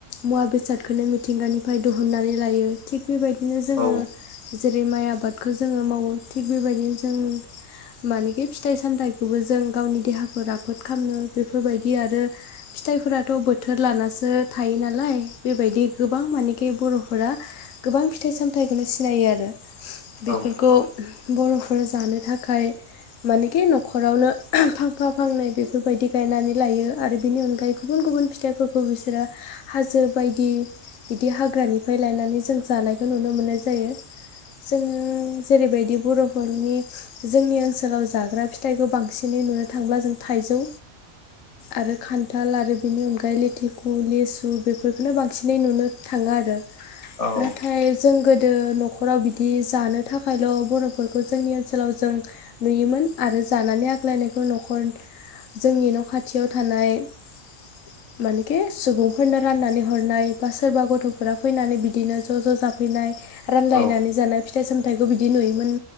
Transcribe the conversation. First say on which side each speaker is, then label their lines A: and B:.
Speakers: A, on the left; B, on the left.
A: मुवा बेसादखोनो मिथिंगानिफ्राय दहननानै लायो थिग बेबायदिनो जोङो
B: औ
A: जेरै माइ आबादखौ जोङो मावो थिग बेबायदिनो जों मानेखि फिथाइ सामथाइ बेखौबो जों गावनि देहाखौ राफोद खालामनो बेफोरबायदि आरो फिथाइफोराथ' बोथोर लानासो थायो नालाय बेबायदि गोबां मानेखि बर'फोरा गोबां फिथाइ सामथाइखौनो सिनायो आरो। बेफोरखौ
B: औ
A: बर'फोरा जानो थाखाय मानेखि नखरावनो फांफा फांनै बेफोरबायदि गायनानै लायो आरो बेनि अनगायै गुबुन गुबुन फिथाइफोर खौ बिसोरो हाजो बायदि बिदि हाग्रानिफ्राय लायनानै जों जानायखौ नुनो मोननाय जायो। जोङो जेरैबायदि बर'फोरनि जोंनि ओनसोलाव जाग्रा फिथाइखौ बांसिनै नुनो थांब्ला जों थाइजौ आरो खान्थाल आरो बेनि अनगायै लेथिखु लिसु बेफोरखौनो बांसिनै नुनो थाङो आरो
B: औ
A: नाथाय जों गोदो न'खराव बिदि जानो थाखायल' बर'फोरखौ जोंनि ओनसोलाव जों नुयोमोन। आरो जानानै आग्लायनायखौ न'खर जोंनि न' खाथियाव थानाय <inaudible> मानेकि सुबुंफोरनो राननानै हरनाय बा सोरबा गथ'फोरा फैनानै बिदिनो ज' ज' जाफैनाय रानलायनानै
B: औ
A: जानाय फिथाइ सामथाइखौ बिदि नुयोमोन